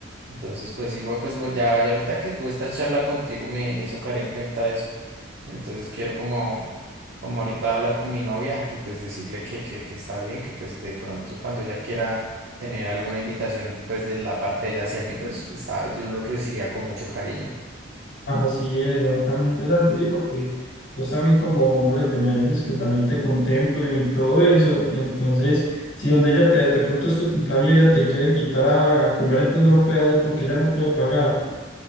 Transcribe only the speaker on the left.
Así es, exactamente, Santi, sí, porque vos también como hombre te mereces que también te contemplen y todo eso. Entonces, si donde ella te, de pronto es tu cumpleaños y ella te quiere invitar a, a comer, entonces no lo puede hacer porque ella no puede pagar.